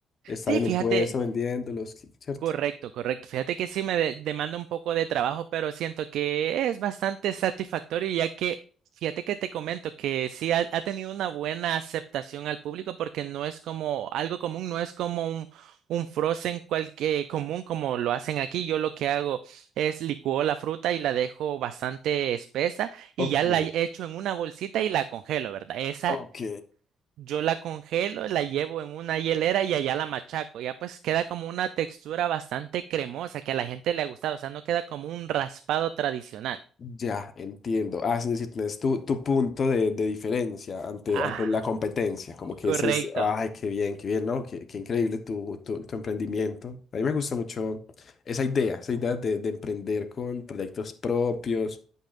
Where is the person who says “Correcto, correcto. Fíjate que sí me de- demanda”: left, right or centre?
Right